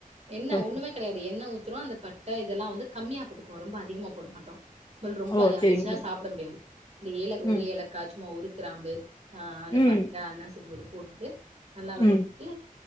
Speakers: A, on the right; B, on the left.
A: என்ன
B: ஓகே
A: ஒண்ணுமே கெடையாது எண்ணெ ஊத்துறோ இந்த பட்டை இதெல்லா வந்து கம்மியா போட்டுக்குவோ ரொம்ப அதிகமா போட மாட்டோ ஸ்மல் ரொம்ப
B: ஓ
A: அது
B: சரிங்க
A: அடிச்சா
B: சரி
A: சாப்புட முடியாது இந்த ஏல ஒரு
B: ம்
A: ஏலக்காய் சும்மா ஒரு கிராம்பு அ அந்த
B: ம்
A: பட்ட அன்னாசி பூ இது போட்டுட்டு நல்லா வதக்கிட்டு
B: ம்